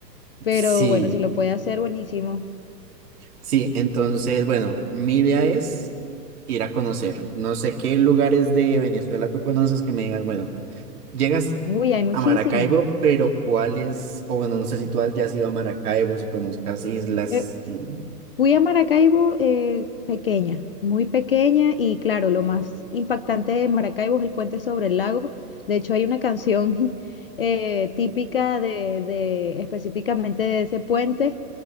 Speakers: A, on the left; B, on the right.
A: pero
B: Sí,
A: bueno, si lo puede hacer, buenísimo.
B: sí, entonces, bueno, mi idea es ir a conocer. No sé qué lugares de Venezuela tú conoces que me digas, bueno. Llegas
A: Uy, hay muchísimos.
B: a Maracaibo, pero ¿cuál es? O bueno, no sé si tú has- ya has ido a Maracaibo, si conozcas islas.
A: Eh,
B: eh,
A: fui a Maracaibo eh, pequeña, muy pequeña y claro, lo más impactante de Maracaibo es el puente sobre el lago. De hecho, hay una canción <laughs> eh, típica de, de- específicamente de ese puente,